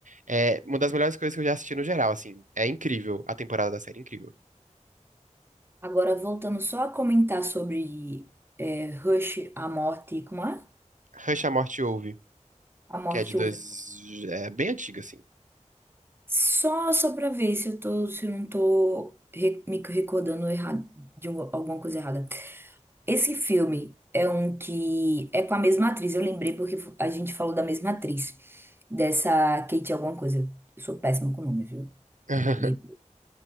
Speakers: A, on the right; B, on the right.
A: É uma das melhores coisas que eu já assisti no geral, assim. É incrível a temporada da série, incrível.
B: Agora, voltando só a comentar sobre é, Rush, a morte, como é?
A: Rush, a Morte ouve
B: A morte
A: que é de
B: chuva
A: dois... É bem antiga, assim.
B: Só, só pra ver se eu tô, se eu não tô re- me recordando errado, de um- alguma coisa errada. Esse filme é um que é com a mesma atriz, eu lembrei porque a gente falou da mesma atriz, dessa Kate alguma coisa. Eu sou péssima com nome, viu?
A: <laughs>
B: Me-